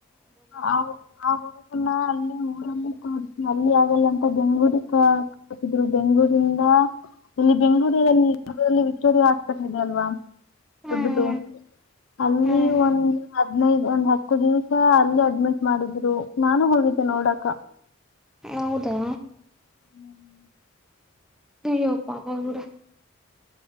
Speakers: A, on the left; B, in the centre.
A: ಆ ಹುಡುಗನ ಅಲ್ಲಿ ಊರನ್ನ ತೋರಿಸಿ ಅಲ್ಲಿ ಆಗಲ್ಲ ಅಂತ ಬೆಂಗ್ಳೂರಿಗೆ ದ್ರು ಬೆಂಗಗಳೂರಿಂದ ಇಲ್ಲಿ ಬೆಂಗಗಳೂರಿಲ್ಲಿಲ್ಲಿ ವಿಕ್ಟೋರಿಯಾ ಹಾಸ್ಪಿಟಲ್ ಇದೆ ಅಲ್ವಾ
B: ಹ್ಮ್
A: ದಡ್ಡದು ಅಲ್ಲಿ
B: ಹ್ಮ್
A: ಒಂದು್ ಹದ್ ನೈದು ಒಂದ್ ಹತ್ತು ದಿವಸ ಅಲ್ಲಿ ಅಡ್ಮಿಟ್ ಮಾಡಿದ್ರು ನಾನು ಹೋಗಿದ್ದೆ ನೋಡಕ
B: ಹೌದಾ
A: ಹ್ಮ್ <unintelligible>
B: ಅಯ್ಯೋ ಪಾಪ ಬಿಡು